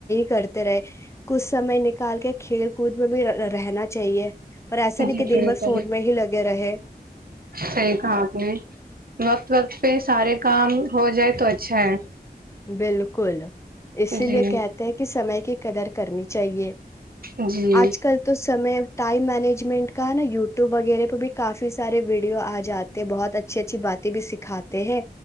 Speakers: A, on the left; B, on the right.
A: کرتے رہے کچھ سمے نکال کے کھیل کود میں بھی رہنا چاہیے پر ایسا نہیں
B: جی
A: کہ
B: بالکل
A: دن بھر فون میں ہی لگے رہے
B: صحیح کہا آپ نے وقت وقت پہ سارے کام ہو جائے تو اچھا ہے
A: بالکل اسی
B: جی
A: لیے کہتے ہیں کہ سمے کی قدر کرنی چاہیے
B: جی
A: آج کل تو سمے ٹائم مینجمنٹ کا ہے نا یوٹیوب وغیرہ مے بھی کافی سارے ویڈیو آ جاتے ہیں بہت اچھی اچھی بات بھی سکھاتے ہیں